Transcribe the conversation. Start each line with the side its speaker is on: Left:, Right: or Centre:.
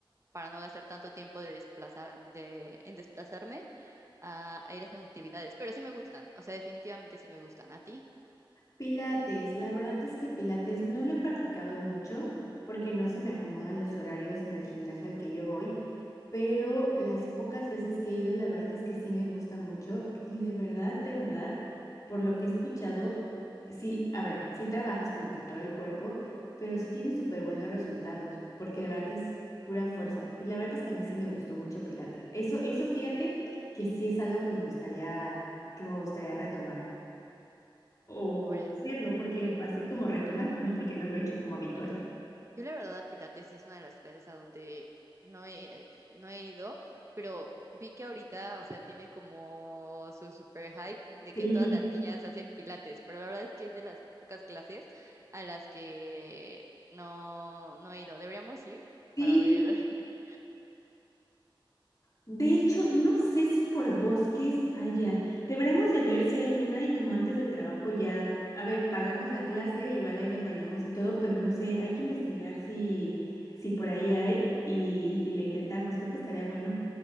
Right: para no gastar tanto tiempo de desplazar, de, en desplazarme a, a ir a esas actividades. Pero sí me gustan, o sea, definitivamente sí me gustan. ¿A ti?
Left: Pilates, la verdad es que Pilates no lo he practicado mucho porque no se me acomodan los horarios en el gimnasio al que yo voy, pero las pocas veces que he ido, la verdad es que sí me gusta mucho y de verdad, de verdad, por lo que he escuchado, sí, a ver, sí trabajas como que todo el cuerpo, pero sí tienes súper buenos resultados porque de verdad es pura fuerza y la verdad es que a mí sí me gustó mucho Pilates. Eso, eso fíjate que sí es algo que me gustaría, que me gustaría retomar o
Right: Órale.
Left: hacerlo, porque así como retomar, pues no, porque no lo he hecho como habitual.
Right: Yo la verdad a Pilates es una de las clases a donde no he, eh, no he ido, pero vi que ahorita, o sea, tiene como su super hype de
Left: Sí,
Right: que todas las niñas hacen Pilates, pero la verdad es que es de las pocas clases a las que no, no he ido. Deberíamos ir
Left: sí.
Right: para ver. <laughs>
Left: De hecho, no sé si por bosques haya. Deberíamos de ver si hay una y como antes del trabajo ya, a ver, pagamos la clase, igual ahí nos bañamos y todo, pero no sé, hay que investigar si, si por ahí hay y, y le intentamos, creo que estaría bueno.